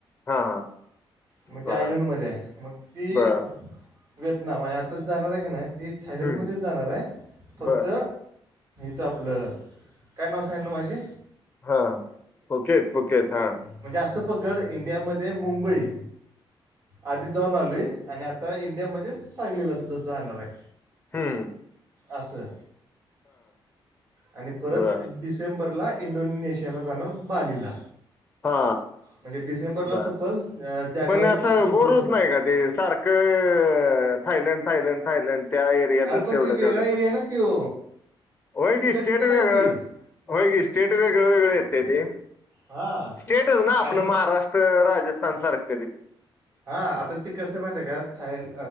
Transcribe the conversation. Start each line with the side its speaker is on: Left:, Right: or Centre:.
Left: हा
Right: मग
Left: बर
Right: ते आयलंडमध्ये आहे. मग ती
Left: बर
Right: व्हिएतनाम आणि आताच जाणार आहे की नाही ती थायलंडमध्येच
Left: हम्म.
Right: जाणार आहे फक्त
Left: बर
Right: त आपलं काय नाव सांगितलं मगाशी?
Left: हा फुकेेत फुकेेत हा.
Right: म्हणजे असं पकड इंडियामध्ये मुंबई आधी जाऊन आलोय आणि आता इंडियामध्ये सांगलीला जाणार आहे.
Left: हम
Right: असं आणि परत
Left: बर
Right: डिसेंबरला इंडोनेशियाला जाणार बालीला.
Left: हा
Right: म्हणजे डिसेंबरला
Left: बर
Right: सपल जानेवारी
Left: पण असं
Right: फेब्रुवारी
Left: बोर होत नाही का? ते सारखं थायलंड, थायलंड, थायलंड? त्या एरियातच
Right: अरे पण
Left: तेवढ्या
Right: ते वेगळा
Left: तेवढ्यात.
Right: एरिया ना त्यो
Left: होय
Right: तिथल्या
Left: की स्टेट
Right: तिथं
Left: वेगळ,
Right: नाही ती
Left: होय की स्टेट वेगळ वेगळ येतय ते.
Right: हां
Left: स्टेटच ना आपलं
Right: आणि
Left: महाराष्ट्र, राजस्थान सारखं ते.
Right: हा आता ते कस माहिती का थाईल